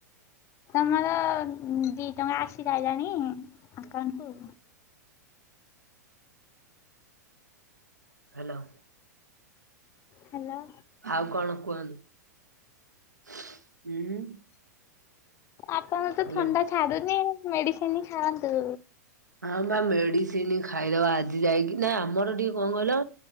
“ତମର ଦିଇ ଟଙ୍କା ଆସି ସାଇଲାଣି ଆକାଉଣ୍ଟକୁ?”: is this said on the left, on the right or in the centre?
Left